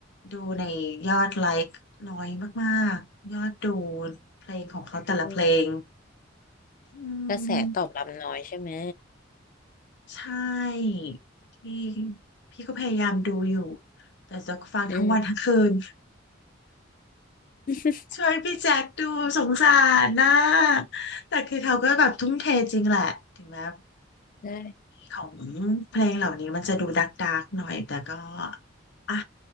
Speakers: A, on the left (about 60°); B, on the left (about 45°).
A: ดูในยอดไลค์น้อยมากๆยอดดูเพลงของเขาแต่ละเพลง
B: อืม
A: อื
B: กระแสตอบรับน้อยใช่ไหม
A: มใช่พี่พี่ก็พยายามดูอยู่แต่จะฟังทั้งวันทั้งคืน
B: อืม <laughs>
A: ช่วยพี่แจ็คดูสงสารนะแต่คือเขาก็แบบทุ่มเทจริงแหละถึงแม้
B: ใช่
A: ของเพลงเหล่านี้มันจะดูดักดักหน่อยแต่ก็อ่ะ